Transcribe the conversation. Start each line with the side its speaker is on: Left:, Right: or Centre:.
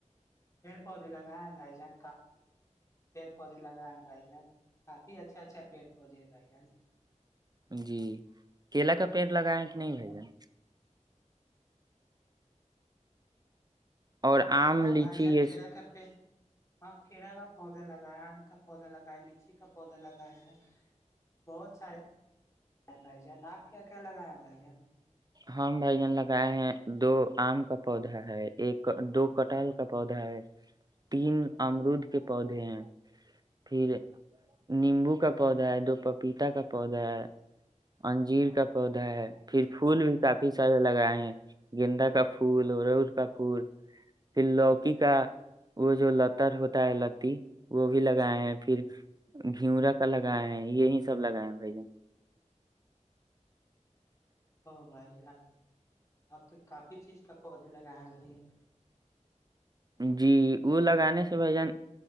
Left: پیڑ پودے لگائےائے بھائی جان کافی لگا ہے <unintelligible> بھائی جان کافی اچھا اچھا پیڑ پودے ہے بھائی جان
Right: جی کیلا کا پیڑ لگائےیں کہ نہیں بھی جان اور آم
Left: ہاں
Right: لیچی
Left: بھائی جان
Right: یہ
Left: کیلا کا پیڑ ہاں کیڑا کا پودا لگایا آم کا پودا لگایا لیچی کا پودا لگایا ہیں بہت سارے بھائی جان آپ کیا کیا لگائےیا ہیں بھائی جان
Right: ہماں بھائی جان لگائے ہیں دو آم کا پودا ہے ایک دو کٹل کا پودا ہے تین امرود کے پودے ہیں پھر نیمبو کا پودا ہے دو پپیتا کا پودا ہے انجیر کا پودا ہے پھر پھول بھی کافی سارے لگائے ہیں گینندا کا پھول ارو روز کا پھول پھر لوکی کا وہ جو لتر ہوتا ہے لتی وہ بھی لگائے ہیں پھر گھیورا کا لگائے ہیں یہی سب لگائے ہیں بھائی جان
Left: آ بھائی جان آپ تو کافی چیز کا پودے لگائے ہیں بھائی جان
Right: جی وہ لگانے سے بھ جن